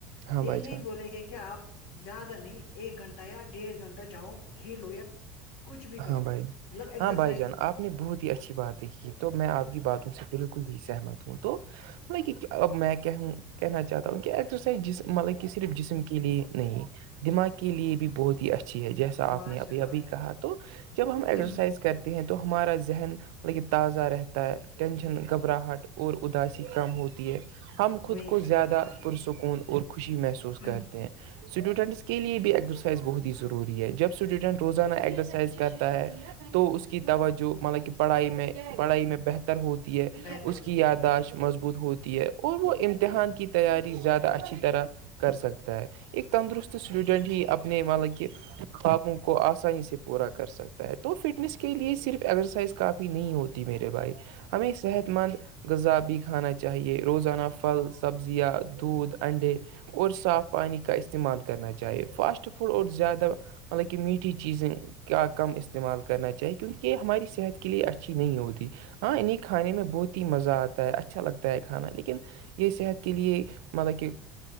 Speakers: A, on the right (about 75°); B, on the left (about 70°).
A: ہاں
B: یہ
A: بھائی
B: نہیں
A: جان
B: بولیں گے کہ آپ زیادہ نہیں ایک گھنٹہ یا ڈیڑھ گھنٹہ جاؤ کھیلو یا کچھ بھی کرو
A: ہاں بھائی
B: مطلب ایکسرسائز
A: ہاں بھائی جان آپ نے بہت ہی اچھی باتیںھی تو میں آپ کی باتوں سے بالکل ہی سہمت ہوں تو مطلب اب میں کہوں کہنا چاہتا ہوں کہ ایکسرسائز جس مطلب کہ صرف جسم کے لیے نہیں دماغ کے لیے بھی بہت ہی اچھی ہے جیسا
B: ماشاء
A: آپ نے ابھی
B: اللہ بھائی
A: کہا تو جب ہم
B: جان
A: ایکسرسائز کرتے ہیں تو ہمارا ذہن ل تازہ رہتا ہے ٹینشن گھبراہٹ اور اداسی کام ہو ہے ہم خود
B: وہی
A: کو
B: بھائی
A: زیادہ
B: جان ماشاء
A: پرسکون اور خوشی محسوس
B: اللہ
A: کرتے ہیں اسٹوڈنٹس کے لیے بھی ایکزرسائز بہت ہی ضروری ہے جب اسٹوڈنٹ روزانہ ایکزرسائز کرتا ہے تو اس کی توجہ مطلب کہ پڑھائی میں پڑھائی میں بہتر ہوتی ہے
B: بہتر
A: اس
B: ہوتی
A: کی یاداشت
B: ہے بھائی جان
A: مضبوط ہوتی ہے اور وہ امتحان کی تیاری زیادہ اچھی طرح کر سکتا ہے ایک تندرست اسٹوڈنٹ ہی اپنے مطلب کہ خوابوں کو آسانی سے پورا کر سکتے ہے تو فٹنس کے لیے صرف ایکسرسائز کافی نہیں ہوتی میرے بھائی ہمیں صحت مند غذابی کھانا چاہیے روزانہ پھل سبزی یا دودھ انڈے اور صاف پانی کا استعمال کرنا چاہیے فاسٹ فوڈ اور زیادہ مطلب کہ میٹھی چیزیں کیا کم استعمال کرنا چاہیے کیونکہ یہ ہماری صحت کے لیے اچھی نہیں ہوتی ہاں انہیں کھانے میں بہت ہی مزہ آتا ہے اچھا لگتا ہے کھانا لیکن یہ صحت کے لیے مطلب کہ